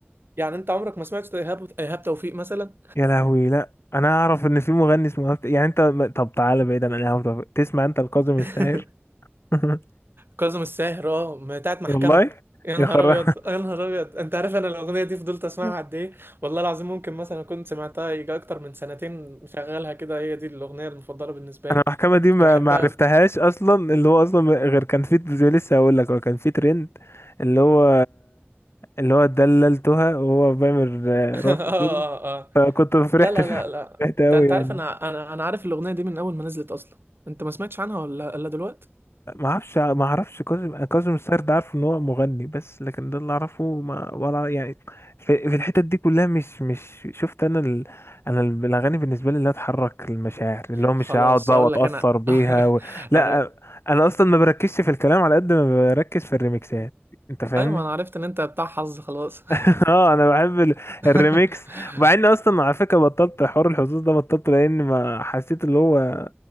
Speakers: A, on the right; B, on the left.
A: يعني انت عمرك ما سمعت ايهاب ايهاب توفيق مثلا
B: يا لهوي لا انا اعرف ان في مغني اسمه هفت- يعني انت م- طب تعالى بعيدا عن الهوا طب تسمع انت الكاظم
A: <laughs>
B: الساهر <laughs>
A: كاظم الساهر اه ما هي بتاعت محكمة
B: والله
A: يا
B: يا
A: نهار
B: خرا
A: ابيض يا نهار ابيض انت عارف انا الاغنية دي فضلت اسمعها
B: <laughs>
A: قد ايه والله العظيم ممكن مثلا كنت سمعتها يجي اكتر من سنتين مشغلها كده هي دي الاغنية المفضلة بالنسبة
B: انا
A: لي
B: المحكمه دي ما
A: كنت بحبها
B: ما عرفتهاش
A: أوي.
B: اصلا اللي هو اصلا غير كان في زي لسه هقول لك هو كان في ترند اللي هو اللي هو دللتها وهو بيعمل
A: <laughs>
B: راسه
A: اه اه
B: كده
A: اه
B: فكنت فرحت
A: لا لا
B: <laughs>
A: لا لا
B: فرحت قوي
A: ده انت
B: يعني
A: عارف انا انا انا عارف الاغنية دي من اول ما نزلت اصلا انت ما سمعتش عنها ولا الا دلوقتي
B: ما اعرفش ما اعرفش كاظم كاظم الساهر ده عارف ان هو مغني بس لكن ده اللي اعرفه ما ولا يعني في, في الحتت دي كلها مش مش شفت انا ال... انا ال- الاغاني بالنسبه لي اللي تحرك المشاعر اللي هو مش
A: خلاص
B: هقعد بقى
A: اقول
B: واتاثر
A: لك انا
B: بيها و...
A: <laughs>
B: لا
A: عر-
B: انا اصلا ما بركزش في الكلام على قد ما بركز في الريمكسات انت فاهمني
A: ايوه ما انا عرفت ان انت بتاع حظ خلاص
B: <laughs> اه انا بحب ال... الريمكس
A: <laughs>
B: ومع اني اصلا على فكره بطلت حوار الحظوظ ده بطلت لان ما حسيت اللي هو